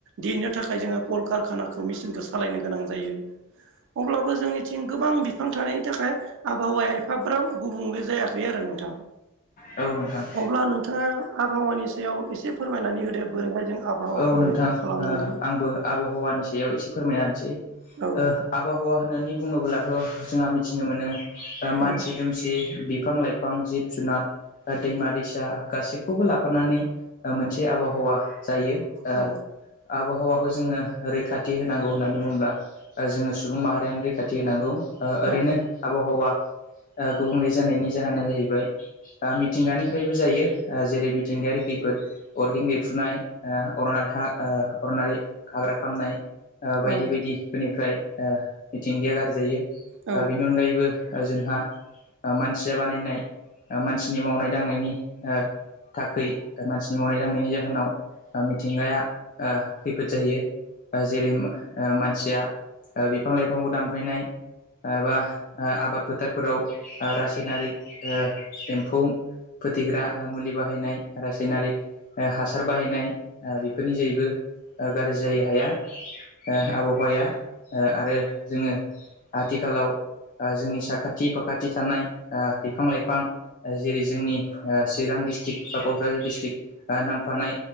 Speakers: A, on the right (about 55°); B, on the left (about 35°).
A: देनो थाखाय जोङो कलकारखानाखौ मेचिनखौ सालायनो गोनां जायो अब्लाबो जोंनिथिं गोबां बिफां थानायनि थाखाय आबहावाया एफाब्राब गुबुंले जायाखै आरोना नोंथां
B: औ नोंथां
A: अब्ला नोंथाङा आबहावानि सायाव एसे फोरमायनानै होदो बोरैहाय जों आबहावाखौ
B: औ नोंथां
A: रैखा खालामनांगौ
B: ओ आंबो आबहावानि सायाव एसे फोरमायना होसै
A: औ
B: ओ आबहावा होननानै बुङोब्लाथ' जोंहा मिथिनो मोनो ओ मानसि
A: औ
B: दुमसि बिफां लाइफां जिब जुनार ओ दैमा दैसा गाैसिखौबो लाफानानै ओ मोनसे आबहावा जायो ओ
A: औ
B: आबहावा खौ जोङो रैखाथि होनांगौ होननानै बुङोब्ला ओ जोङो सुबुं माहारियानो रैखाथि होनांगौ ओ
A: औ
B: ओरैनो आबहावा ओ गुबुंले जानायनि जाहोना जाहैबाय ओ मिथिंगानिफ्रायबो जायो ओ जेरै मिथिंगा नि खैफोद अरगें बेरफ्रुनाय ओ अरनारि हा ओ अरनारि हाग्रा खामनाय ओ बायदि
A: औ
B: बायदिफोरनिफ्राय ओ मिथिंगाया गारजायो
A: औ
B: ओ बिनि अनगायैबो जोंहा ओ मानसिया बानायनाय ओ मानसिनि मावनाय दांनायनि ओ थाखै मानसिनि मावनाय दांनायनि जाहोनाव ओ मिथिंगाया ओ खैफोद जायो ओ जेरै ओ मानसिया ओ बिफां लाइफांखौ दानफायनाय ओ बा ओ आबाद फोथारफोराव ओ रासायनारिक ओ एम्फौ फोथैग्रा मुलि बाहायनाय रासायनारिक ओ हासार बाहायनाय ओ बेफोरनि जोहैबो गाज्रि जायो हाया ओ आबहावाया ओ आरो जोङो आथिखालाव ओ जोंनि साखाथि फाखाथि थानाय ओ बिफां लाइफां ओ जेरै जोंनि ओ चिरां डिस्ट्रिक्ट बा क'क्राझार डिस्ट्रिक्ट बा नांफानाय